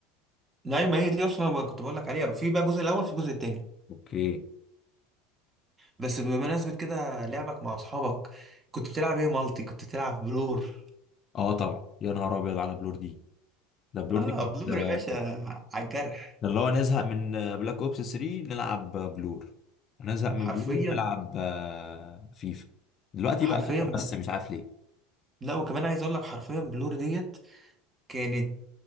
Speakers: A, on the right; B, on the left.
A: لا ما هي دي اصلا ما كنت بقول لك عليها في بقى الجزء الاول في الجزء التاني
B: اوكي
A: بس بمناسبة كده لعبك مع اصحابك كنت بتلعب ايه مالتي كنت بتلعب بلور
B: اه طبعا يا نهار ابيض على بلور دي ده بلور
A: اه
B: دي كانت
A: بلور
B: ده
A: يا باشا على الجرح
B: اللي هو نزهق من بلاك اوبس 3 نلعب بلور نزهق من
A: حرفيا
B: بلور نلعب آه، فيفا دلوقتي
A: حرفيا
B: بقى فيفا بس مش عارف ليه
A: لا وكمان عايز اقول لك حرفيا بلور ديت كانت